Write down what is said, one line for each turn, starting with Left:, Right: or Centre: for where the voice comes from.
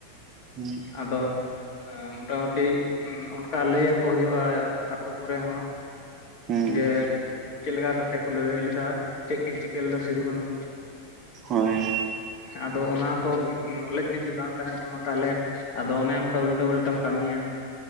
Right: <unintelligible>
Left: ᱟᱫᱚ ᱢᱚᱴᱟᱢᱩᱴᱤ ᱚᱱᱠᱟ ᱞᱟᱹᱭ ᱟᱠᱚ ᱦᱳᱭᱳᱜ-ᱟ ᱟᱛᱳ ᱠᱚᱨᱮ ᱦᱚᱸ
Right: ᱦᱩᱸ
Left: ᱡᱮ ᱪᱮᱫ ᱞᱮᱠᱟ ᱠᱟᱛᱮᱜ ᱞᱟᱹᱲᱦᱟᱹᱭ ᱞᱮᱫᱟ ᱪᱮᱫ ᱠᱤᱱ ᱪᱤᱠᱟᱹ ᱞᱮᱫᱟ ᱥᱤᱫᱩ ᱠᱟᱹᱱᱩ?
Right: ᱦᱳᱭ,
Left: ᱟᱫᱚ ᱚᱱᱟ ᱠᱚ ᱱᱚᱞᱮᱡᱽ ᱡᱩᱫᱤ ᱵᱟᱝ ᱛᱟᱦᱮᱱ ᱛᱟᱢᱟ ᱛᱟᱦᱚᱞᱮ ᱟᱫᱚ ᱚᱱᱮ ᱚᱱᱠᱟ ᱩᱞᱴᱟᱹ ᱯᱞᱴᱟᱢ ᱠᱟᱹᱢᱤᱭᱟ